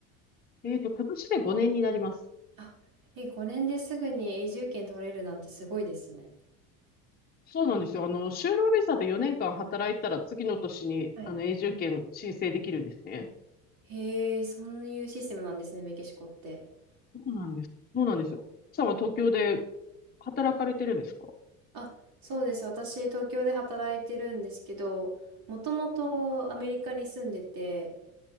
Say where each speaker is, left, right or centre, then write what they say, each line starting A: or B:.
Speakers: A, on the left; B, on the right.
A: えっと、今年で5年になります。
B: あ、え、5年ですぐに永住権取れるなんてすごいですね。
A: そうなんですよ。あの、就労ビザで4年間働いたら次の年に、
B: はい。
A: あの、永住権申請できるんですね。
B: へえ、そういうシステムなんですね、メキシコって。
A: そうなんです。そうなんですよ。さんは東京で働かれてるんですか
B: あ、そうです。私、東京で働いてるんですけど、もともとアメリカに住んでて、